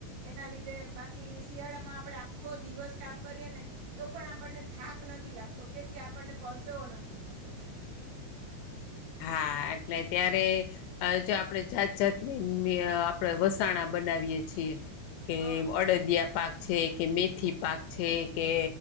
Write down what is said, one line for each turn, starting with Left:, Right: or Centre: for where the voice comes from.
Right: એના લીધે બાકી શિયાળામાં આપણેે આખો દિવસ કામ કરીએ ને તો પણ આપણને થાક નથી લાગતો કેમ કે આપણને પરસેવો નથી થતો એમ.
Left: હા એટલે ત્યારે આ જો આપણે જાત-જાતની મે આપણેે વસાણા બનાવીયએ છીએ કે
Right: હા
Left: અડદિયા પાક છે કે મેથી પાક છે કે